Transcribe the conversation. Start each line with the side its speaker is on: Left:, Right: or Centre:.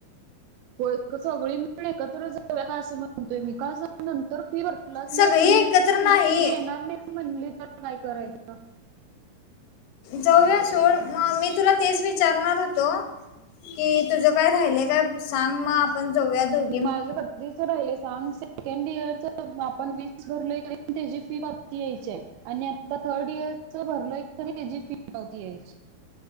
Right: होय सगळी मिळून एकत्र जाऊया का असं म्हणतोय मी का सांग नंतर फी भरलाच नाही
Left: सगळी
Right: तुम्ही
Left: एकत्र
Right: टी
Left: नाही
Right: सी देणार नाही म्हणली तर काय करायचं?
Left: जाऊया सोड मग मी तुला तेच विचारणार होतो. कि तुझं काय राहिलय काय सांग मग आपण जाऊया दोघ
Right: माझं कधीच राहिलं सांग सेकंड इयर च आपण वीस भरलोय का नी त्याची फी बाकी यायचीय. आणि आता थर्ड इयरच भरलय का नी त्याची फी पावती यायची.